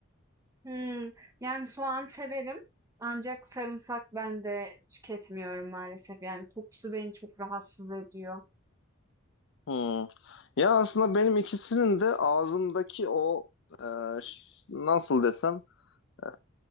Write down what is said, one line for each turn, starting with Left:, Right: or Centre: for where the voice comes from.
Right: Hmm, yani soğan severim ancak sarımsak ben de tüketmiyorum maalesef. Yani kokusu beni çok rahatsız ediyor.
Left: Hmm. Ya aslında benim ikisinin de ağzımdaki o e, ş- nasıl desem e,